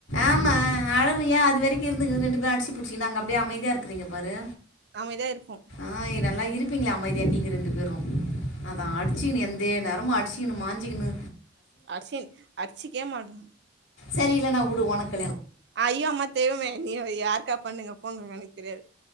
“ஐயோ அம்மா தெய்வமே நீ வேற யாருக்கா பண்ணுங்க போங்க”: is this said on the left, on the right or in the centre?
Right